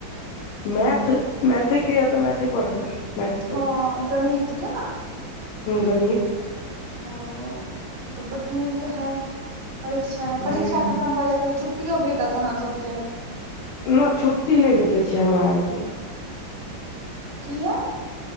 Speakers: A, on the left; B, on the right.
A: मैथ मैथे के यऽ तऽ मैथे पढ़बै मैथ
B: हँ गणित के ने
A: गणित
B: ओ तऽ बड नीक है परीक्षा है
A: हूँ
B: परीक्षा खत्म भऽ जाइत त छुटी छुट्टियों भेटत अहाँ सबके
A: न छुट्टी नहि भेटैत छै हमरा आरके
B: किया